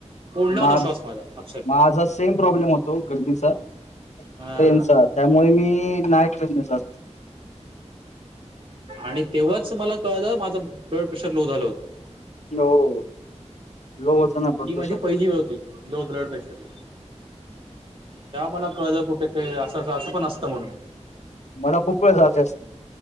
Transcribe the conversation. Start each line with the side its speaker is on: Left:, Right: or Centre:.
Right: कोंडला
Left: माझ
Right: होता श्वास माझा अक्षरशः
Left: माझा सेम प्रॉब्लेम होतो गर्दीचा.
Right: हा.
Left: ट्रेनचा त्यामुळे मी नाई ट्रेनने जात.
Right: आणि तेव्हाच मला कळलं माझं ब्लड प्रेशर लो झालं होत.
Left: नो हो. लो होतं ना. ब्लड
Right: ती
Left: प्रेशर
Right: माझी पहिली वेळ होती. लो ब्लड प्रेशरची. तेव्हा मला कळलं कुठे ते आसं आसं आसं पण असतं म्हणून.
Left: मला खूप वेळ झालाय अस.